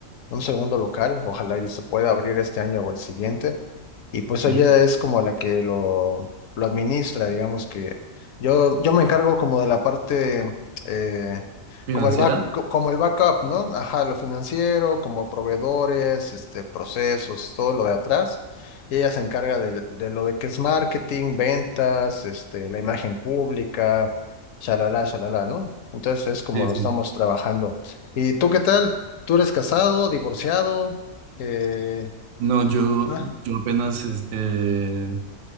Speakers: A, on the left (about 75°); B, on the right (about 75°).
A: un segundo local, ojalá y se pueda abrir este año o el siguiente. Y pues
B: sí.
A: ella es como la que lo, lo administra, digamos que yo, yo me encargo como de la parte, eh,
B: ¿Financiera?
A: como el back, co- como el backup, ¿no? Ajá, lo financiero, como proveedores, este, procesos, todo lo de atrás. Y ella se encarga del- de, lo de que es marketing, ventas, este, la imagen pública Shalala, shalala, ¿no? Entonces es como
B: Sí,
A: lo
B: sí.
A: estamos trabajando. ¿Y tú qué tal? ¿Tú eres casado, divorciado? Eh,
B: No, yo,
A: ah,
B: yo apenas, es- eh,